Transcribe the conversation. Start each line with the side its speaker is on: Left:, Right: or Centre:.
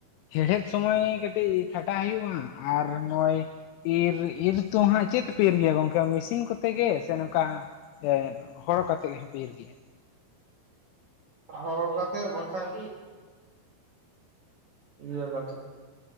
Left: ᱦᱮᱲᱦᱮᱫ ᱥᱚᱢᱚᱭ ᱠᱟᱹᱴᱤᱡ ᱠᱷᱟᱴᱟᱜ ᱦᱩᱭᱩᱜᱼᱟ ᱟᱨ ᱱᱚᱜᱼᱚᱭ ᱤᱨ ᱤᱨ ᱛᱚ ᱦᱟᱸᱜ ᱪᱮᱜ ᱛᱮᱯᱮ ᱤᱨ ᱜᱮᱭᱟ ᱜᱚᱝᱠᱮ ᱢᱮᱥᱤᱱ ᱠᱚᱛᱮ ᱜᱮ ᱥᱮ ᱱᱚᱝᱠᱟ ᱮ ᱦᱚᱲ ᱠᱟᱛᱮᱜ ᱜᱮ ᱦᱟᱸᱜ ᱯᱮ ᱤᱨ ᱜᱮᱭᱟ?
Right: ᱦᱚ ᱠᱟᱛᱮ ᱵᱟᱠᱷᱟᱱ ᱤᱭᱟᱹ ᱠᱟᱛᱮ